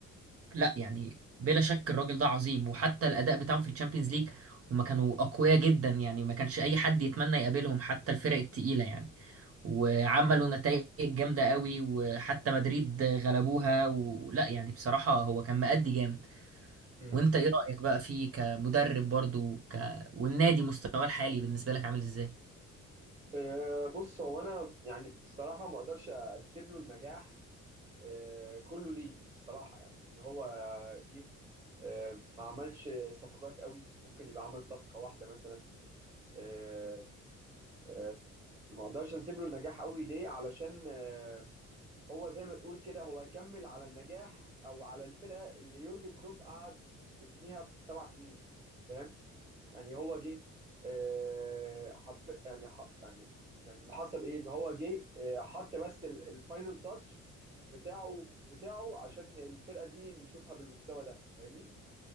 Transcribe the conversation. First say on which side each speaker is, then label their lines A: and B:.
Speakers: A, on the right; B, on the right.
A: لا يعني بلا شك الراجل ده عظيم وحتى الاداء بتاعهم في الشامبيونز ليج هما كانوا اقوياء جدا يعني ما كانش اي حد يتمنى يقابلهم حتى الفرق التقيله يعني وعملوا نتائج جامده قوي وحتى مدريد غلبوها ولا يعني بصراحه هو كان مأدي جامد
B: أمم.
A: وانت ايه رأيك بقى فيه كمدرب برضو ك... والنادي مستواه الحالي بالنسبه لك عامل ازاي
B: آه، بص هو انا يعني الصراحة ما اقدرش انسب له النجاح آه، كله ليه الصراحة يعني يعني هو جه آه، ما عملش صفقات قوي ممكن يبقى عمل صفقة واحدة مثلا آه، آه، ما اقدرش نسيب له النجاح قوي ليه علشان آه، هو زي ما تقول كده هو كمل على النجاح او على الفرقه اللي يورجن كلوب قعد يبنيها في سبع سنين فاهم يعني هو جه آه، حرف يعني ح- يعني يعني اللي حصل ايه ان هو جه آه، حط بس ال- الفاينل تاتش بتاعه بتاعه عشان الفرقه دي نشوفها بالمستوى ده فاهمني